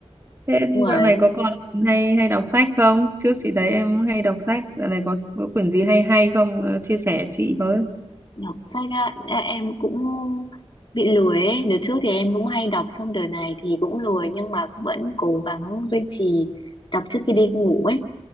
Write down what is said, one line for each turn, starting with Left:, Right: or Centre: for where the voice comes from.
Right: thế
Left: đúng rồi
Right: dạo này có còn hay hay đọc sách không? Trước chị thấy em hay đọc sách, dạo này có có quyển gì hay hay không? Ờ, Chia sẻ chị với.
Left: đọc sách á ê, em cũng bị lười ấy đợt trước thì em cũng hay đọc xong đợt này thì cũng lười nhưng mà vẫn cố gắng duy trì đọc trước khi đi ngủ ấy